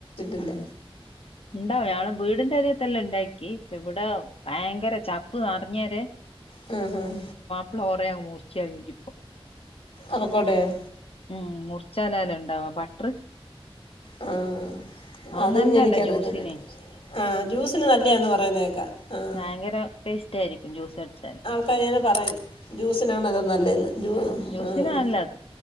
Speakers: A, on the left; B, on the left.
A: ഇല്ല
B: ഉം ഉണ്ടാവും ഞങ്ങളുടെ വീടിന്റെ അറിയത്തെല്ലെ ഉണ്ടാക്കി ഇവിടെ ഭയങ്കര ചപ്പ് നിറഞ്ഞര്
A: മം മം
B: <unintelligible> മൂർച്ചയാകിട്ടിപ്പോ
A: അക്കോടയോ
B: ഉം മുറിച്ചാലാല ഉണ്ടാവ ബട്ടർ
A: ആഹ് ആഹ്
B: അത്
A: അതോന്നും
B: നല്ലതല്ല
A: എനിക്കറിയത്തില്ല
B: ജ്യൂസിന്
A: ആഹ് ജ്യൂസിന് നല്ലതെന്ന് പറയുന്നത് കേൾക്കാം ആഹ്
B: ഭയങ്കര ടേസ്റ്റ് ആയിരിക്കും ജ്യൂസ് അടച്ചാല്
A: <unintelligible> പറയും ജ്യൂസിനണതോ നല്ലന്ന്
B: ജ്യൂസിന്
A: ആഹ്
B: നല്ലത്